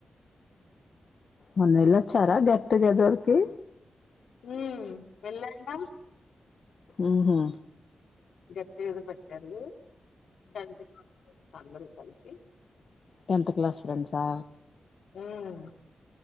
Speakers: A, on the left; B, on the left.
A: మొన్నెలా వచ్చారా గెట్టుగదర్కి
B: హ్మ్మ్ వెళ్ళాం గా
A: ఆహా
B: గట్టి ఏద పెట్టారు కంతకి సో అందరూ కలిసి
A: టెన్త్ క్లాస్ స్ెంట్సా
B: హ్మ్మ్